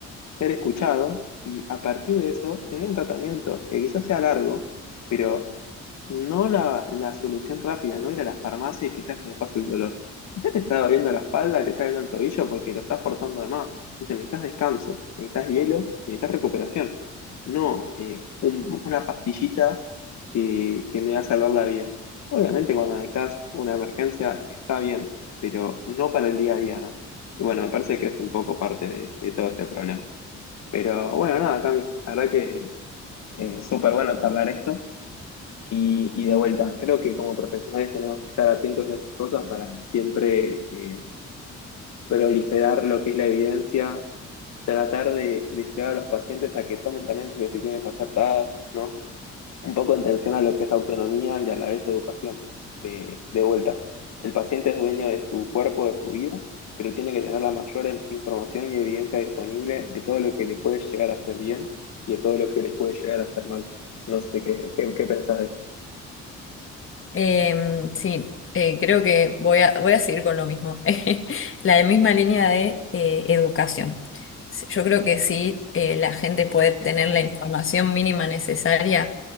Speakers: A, on the left (about 65°); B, on the left (about 45°).
A: ser escuchado y a partir de eso tener un tratamiento que quizás sea largo, pero no la, la solución rápida, no ir a la farmacia y quizás se me pase el dolor. Ya te está doliendo la espalda, te está doliendo el tobillo porque lo estás forzando de más. Entonces necesitas descanso, necesitas hielo, necesitas recuperación. No eh, un- una pastillita que, que me va a salvar la vida. Obviamente cuando necesitas una emergencia está bien, pero no para el día a día, ¿no? Y bueno, me parece que es un poco parte de, de todo este problema. Pero bueno, nada, Cami, la verdad que eh, súper bueno charlar esto. Y, y de vuelta, creo que como profesionales tenemos que estar atentos a esas cosas para siempre eh, proliferar lo que es la evidencia, tratar de, de llevar a los pacientes a que tomen también sus decisiones acertadas, ¿no? Un poco en tensión a lo que es autonomía y a la vez educación. De, de vuelta, el paciente es dueño de su cuerpo, de su vida, pero tiene que tener la mayor em, información y evidencia disponible de todo lo que le puede llegar a hacer bien y de todo lo que le puede llegar a hacer mal. No sé qué, qué, qué pensás de
B: Em, sí, eh, creo que voy a, voy a seguir con lo mismo, <laughs> la misma línea de eh, educación. S- Yo creo que sí, eh, la gente puede tener la información mínima necesaria